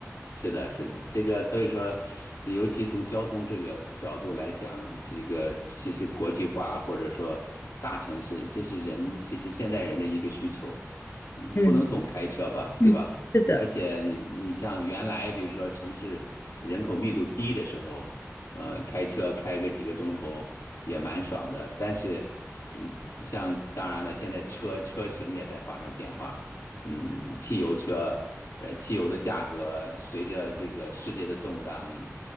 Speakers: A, on the left (about 80°); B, on the left (about 50°).
A: 是的，是的，这个所以说，尤其从交通这个角度来讲，这个其实国际化或者说大城市，这是人其实现代人的一个需求，嗯，
B: 嗯
A: 不能总开车吧，
B: 嗯，
A: 对吧？
B: 是的。
A: 而且你你像原来比如说城市人口密度低的时候，呃，开车开个几个钟头也蛮爽的，但是，嗯，像当然了，现在车车型也在发生变化。嗯，汽油车，呃，汽油的价格随着这个世界的动荡